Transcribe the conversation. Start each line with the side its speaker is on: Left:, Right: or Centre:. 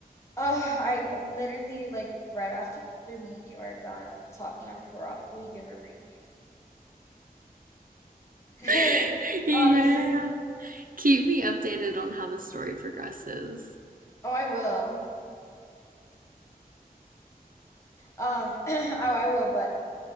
Left: uh, I am literally like right after me and you are done talking, I'm probably gonna read. <laughs>
Right: <laughs> yeah,
Left: Honestly.
Right: yeah, yeah. Keep me updated on how the story progresses.
Left: Oh, I will. Um, <clears throat> oh, I will, but